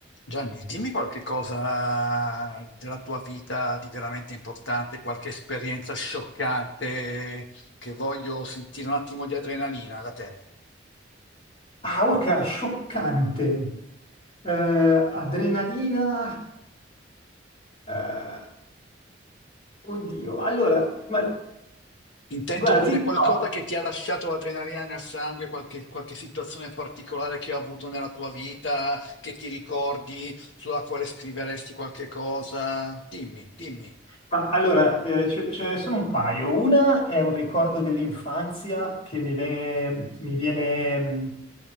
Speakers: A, on the left (about 80°); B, on the left (about 35°).
A: Gianni, dimmi qualche cosa della tua vita di veramente importante, qualche esperienza scioccante che voglio sentire un attimo di adrenalina da te.
B: Ah, orca, scioccante. Eh, adrenalina. eh, oddio. Allora, ma
A: Intendo
B: guarda,
A: dire
B: ti dico.
A: qualcosa che ti ha lasciato l'adrenalina nel sangue, qualche, qualche situazione particolare che hai avuto nella tua vita, che ti ricordi, sulla quale scriveresti qualche cosa. Dimmi, dimmi.
B: Ma allora, eh, ce ce ne sono un paio. Una è un ricordo dell'infanzia che mi viene, mi viene mh,